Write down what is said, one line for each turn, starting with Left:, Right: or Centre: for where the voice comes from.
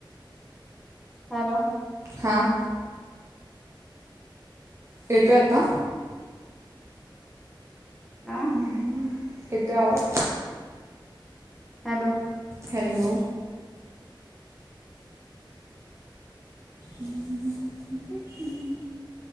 Centre: हॅलो
Right: हां येतोय आता
Centre: अ
Right: मला येतो आवाज
Centre: हॅलो
Right: हॅलो हम्म हम् ह् ह